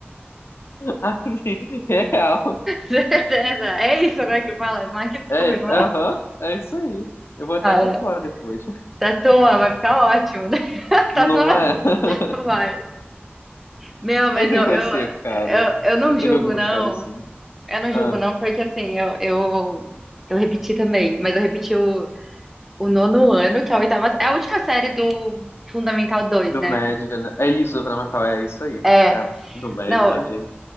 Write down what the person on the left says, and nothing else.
Assim, Real.
É,
aham, é isso aí. Eu vou até
tatuar depois.
Não
é? <laughs>
Mas
e
você, cara?
Você
teve alguma
história assim?
Ah,
do
Médio, né? É isso, Fernando Natal, é isso aí.
É, do Médio
viajei.